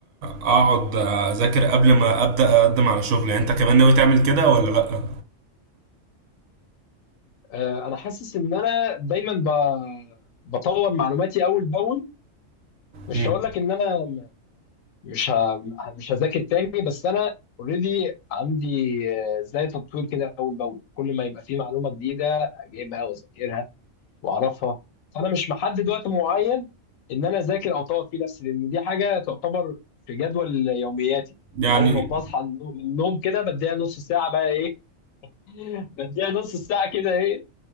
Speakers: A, on the right; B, on the left.
A: اقعد اذاكر قبل ما ابدا اقدم على شغل يعني انت كمان ناوي تعمل كده ولا لا
B: آه، انا حاسس ان انا دايما ب... بطور معلوماتي اول باول مش
A: امم
B: هقول لك ان انا م- مش ه... مش هذاكر تاني بس انا اوريدي عندي آه، زي تطوير كده اول باول كل ما يبقى في معلومه جديده اجيبها واذاكرها واعرفها فانا مش محدد وقت معين ان انا اذاكر او اطور فيه نفسي لان دي حاجه تعتبر في جدول يومياتي
A: يعني
B: اول ما بصحى من النوم من النوم كده بديها نص ساعه بقى ايه <laughs> بديها نص ساعه كده ايه